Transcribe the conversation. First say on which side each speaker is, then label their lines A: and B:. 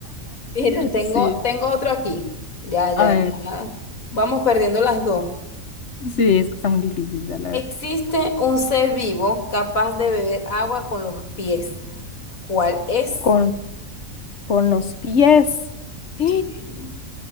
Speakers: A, on the left; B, on the left.
A: Mira, tengo,
B: Sí,
A: tengo otro aquí. Ya, ya,
B: a ver,
A: ya. Vamos perdiendo las dos.
B: sí, es que está muy difícil, la verdad.
A: Existe un ser vivo capaz de beber agua con los pies. ¿Cuál es?
B: Con, con los pies. <gasps>
A: Sí.